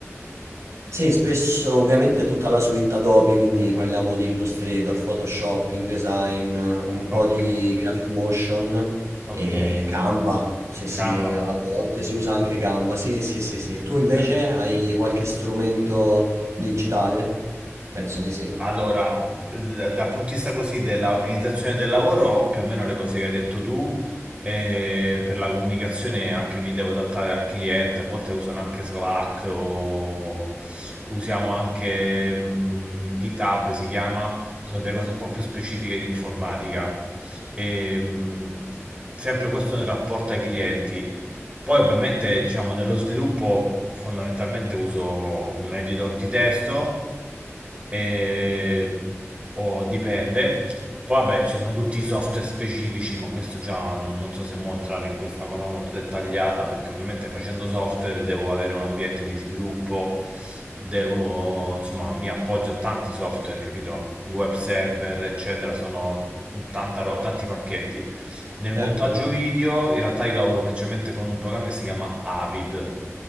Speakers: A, on the right; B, on the right.
A: Sì, spesso ovviamente tutta la suite Adobe, quindi parliamo di Illustrator, Photoshop, InDesign, un po'
B: Ok,
A: di Graphic Motion
B: ok.
A: e Canva. Sì, sì,
B: Canva.
A: a volte si usa anche Canva. Sì, sì, sì, sì. Tu invece
B: Cioè.
A: hai qualche strumento digitale? Penso di sì.
B: Allora, d- dal punto di vista così dell'organizzazione del lavoro, più o meno le cose che hai detto tu, eh, per la comunicazione anche mi devo adattare al cliente, a volte usano anche Slack o usiamo anche mh, GitHub, si chiama, sono delle cose un po' più specifiche di informatica. E, mh, sempre questo nel rapporto ai clienti. Poi ovviamente, diciamo, nello sviluppo fondamentalmente uso un editor di testo Ehm, o dipende. Poi vabbè, ci sono tutti i software specifici, ma questo già non so se mo entrare in questa cosa molto dettagliata, perché ovviamente facendo software devo avere un ambiente di sviluppo, devo, insomma, mi appoggio a tanti software, capito? I web server, eccetera, sono tanta ro- tanti pacchetti. Nel
A: Certo.
B: montaggio video, in realtà io lavoro principalmente con un programma che si chiama Avid,